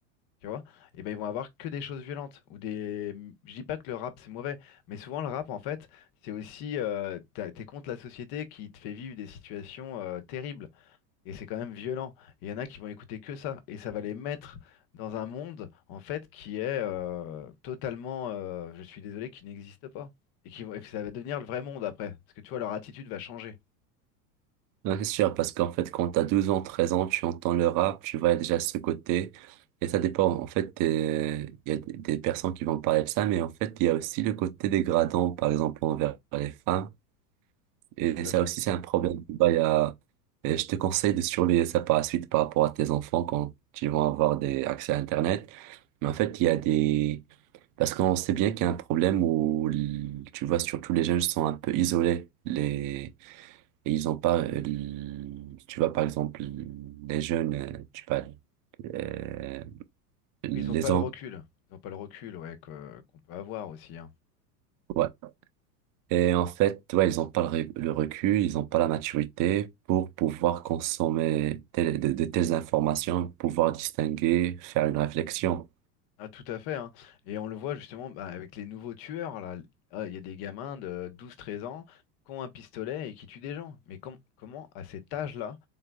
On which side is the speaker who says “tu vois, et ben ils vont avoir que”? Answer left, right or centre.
Left